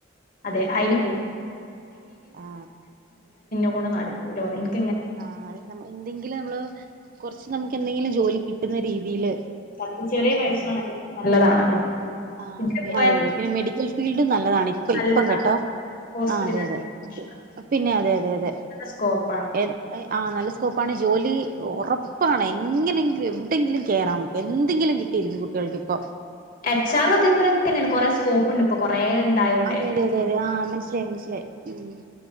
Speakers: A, on the left; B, on the right.
A: അതെ അതിന് പോകും
B: ആ
A: <unintelligible> നടക്കൂലാ <unintelligible>
B: ആ അതെ നമ്മ എന്തെങ്കിലും നമ്മള് കൊറച്ച് നമുക്ക് എന്തെങ്കിലും ജോലി കിട്ടുന്ന രീതിയില്
A: പത്ത് ചെറിയ പൈസ
B: മ്
A: ആണല്ലോ
B: മ്
A: നല്ലതാണല്ലോ
B: ആ
A: ഇതിന്
B: അതെ
A: പോയാൽ
B: അതെ അതെ പിന്നെ മെഡിക്കൽ ഫീൽഡ് നല്ലതാണ് ഇപ്പ
A: നല്ലതാ
B: ഇ പ്പം കേട്ടോ
A: ഹോസ്പിറ്റൽ
B: ആ അതെ അതെ പിന്നെ അതെ അതെ അതെ
A: സ്കോപ്പാണ്
B: എത് എ ആ നല്ല സ്കോപ്പാണ് ജോലി ഒറപ്പാണ്. എങ്ങനെങ്കിലും എവിടെയെങ്കിലും കേറാം നമ്മക്ക് എന്തെങ്കിലും കിട്ടിയില്ലെ കുട്ടികൾക്ക് ഇപ്പോ
A: <unintelligible> അതേപോലെ തന്നെയ കൊറേ സ്കോപ്പ് ഇണ്ട് ഇപ്പോ കൊറേ ഉണ്ടായോണ്ടേ
B: അതെ അതെ അതെ അതെ ആഹ് മനസ്സിലായി മനസ്സിലായി മ്